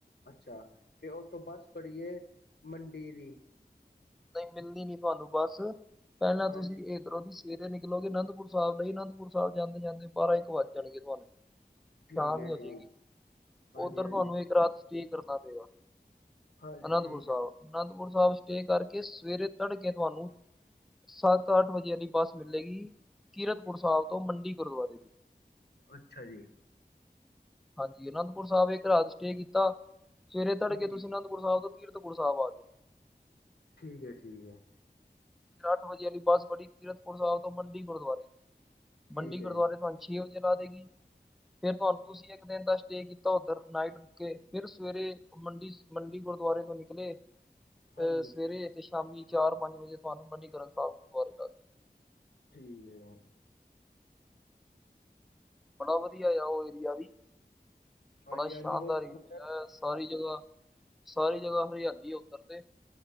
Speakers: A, on the left; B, in the centre.
A: ਅੱਛਾ, ਫਿਰ ਉਸਤੋ ਬੱਸ ਫੜਿਏ ਮੰਡੀ ਦੀ।
B: ਨਹੀਂ ਮਿਲਣੀ ਤੁਹਾਨੂੰ ਬੱਸ, ਪਹਿਲਾਂ
A: ਹਾਂਜੀ
B: ਤੁਸੀਂ ਇੱਧਰੋਂ ਹੀ ਜਾਓ। ਸਵੇਰੇ ਨਿਕਲੋਗੇ ਅਨੰਦਪੁਰ ਸਾਹਿਬ ਲਈ ਅਨੰਦਪੁਰ ਸਾਹਿਬ ਜਾਂਦੇ- ਜਾਂਦੇ ਤੁਹਾ ਬਾਰਾਂ- ਇੱਕ ਵੱਜ ਜਾਣਗੇ ਤੁਹਾਨੂੰ।
A: ਠੀਕ
B: ਸ਼ਾਮ
A: ਹੈ
B: ਹੀ ਹੋ
A: ਠੀਕ
B: ਜਾਵੇਗੀ।
A: ਹਾਂਜੀ
B: ਉੱਧਰ
A: ਹਾਂਜੀ
B: ਤੁਹਾਨੂੰ ਇੱਕ ਰਾਤ ਰੁਕਣਾ ਪਵੇਗਾ।
A: ਹਾਂਜੀ
B: ਅਨੰਦਪੁਰ
A: ਠੀਕ
B: ਸਾਹਿਬ
A: ਹੈ
B: ਅਨੰਦਪੁਰ ਸਾਹਿਬ ਸਟੇਸ਼ਨ ਤੇ। ਕਰਕੇ ਸਵੇਰੇ ਤੜਕੇ ਤੁਹਾਨੂੰ। ਸੱਤ-ਅੱਠ ਵਜੇ ਵਾਲੀ ਬੱਸ ਮਿਲੇਗੀ ਕੀਰਤਪੁਰ ਸਾਹਿਬ ਤੋਂ ਮੰਡੀ ਗੁਰਦੁਆਰੇ।
A: ਅੱਛਾ ਜੀ।
B: ਹਾਂਜੀ, ਅਨੰਦਪੁਰ ਸਾਹਿਬ ਇਕ ਰਾਤ ਸਟੇ ਕੀਤਾ। ਸਵੇਰੇ ਤੜਕੇ
A: ਹੂੰ
B: ਤੁਸੀਂ ਆਨੰਦਪੁਰ ਸਾਹਿਬ ਤੋਂ ਕੀਰਤਪੁਰ ਸਾਹਿਬ ਆ ਗਏ।
A: ਠੀਕ ਹੈ, ਠੀਕ ਹੈ।
B: ਫਿਰ ਅੱਠ ਵਜੇ ਵਾਲੀ ਬੱਸ ਫੜੀ ਕੀਰਤਪੁਰ ਸਾਹਿਬ ਤੋਂ ਮੰਡੀ ਗੁਰਦੁਆਰੇ
A: ਠੀਕ
B: ਮੰਡੀ ਗੁਰਦੁਆਰੇ।
A: ਹੈ ਜੀ
B: ਛੇ ਵਜੇ ਲਾ ਦੇਗੀ ਫੇਿਰ ਤੁਹਾਨੂੰ ਤੁਸੀਂ ਇੱਕ ਦਿਨ ਦਾ ਸਟੇ ਕੀਤ ਉਧਰ ਨਾਈਟ ਉੱਥੇ ਹੀ ਰੁਕ ਕੇ ਫਿਰ ਸਵੇਰੇ। ਮੰਡੀ, ਮੰਡੀ ਗੁਰਦੁਆਰੇ ਤੋਂ ਨਿਕਲੇ।
A: ਹਾਂਜੀ
B: ਅਹ, ਸਵੇਰੇ ਤੇ ਸ਼ਾਮੀ ਚਾਰ- ਪੰਜ ਵਜੇ ਤੁਹਾਨੂੰ ਸਾਹਿਬ ਗੁਰਦੁਆਰੇ ਜਾ ਸਕਦੇ ਹੋ।
A: ਠੀਕ ਹੈ
B: ਬੜਾ ਵਧੀਆ ਆ, ਉਹ ਏਰੀਆ ਵੀ।
A: ਹਾਂਜੀ
B: ਬੜਾ ਸ਼ਾਨਦਾਰ
A: ਹਾਂਜੀ ਬਹੁਤ
B: ਏਰੀਆ
A: ਹੂੰ
B: ਹੈ, ਸਾਰੀ ਜਗ੍ਹਾ ਸਾਰੀ ਜਗ੍ਹਾ ਹਰਿਆਲੀ ਉਹ ਕਰਦੇ।